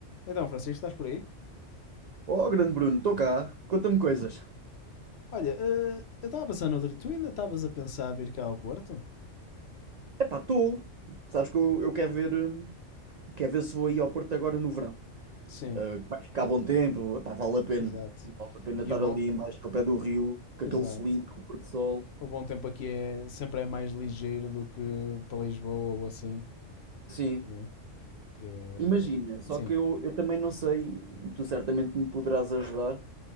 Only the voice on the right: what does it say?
Oh, grande Bruno, estou cá. Conta-me coisas.
Epá, estou. Sabes que eu, eu quero ver, hum, quero ver se vou aí ao Porto agora no verão.
Ah, que vai ficar bom tempo. Epá, vale a pena.
Vale a pena
estar
ali embaixo ao pé do rio, com
aquele selinho, com o pôr do sol.
Sim.
Imagina, só
que eu, eu também não sei, e tu certamente me poderás ajudar,